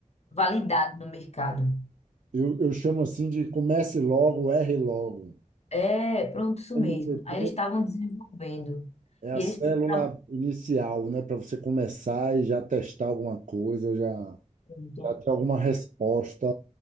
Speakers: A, on the left; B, on the right.
A: Validado no mercado.
B: Eu, eu chamo assim de comece logo, erre logo.
A: É, pronto, isso mesmo.
B: MVP
A: Aí eles estavam desenvolvendo.
B: é a
A: E
B: célula
A: eles precisavam.
B: inicial, né? Para você começar e já testar alguma coisa, já,
A: Pronto.
B: já ter alguma resposta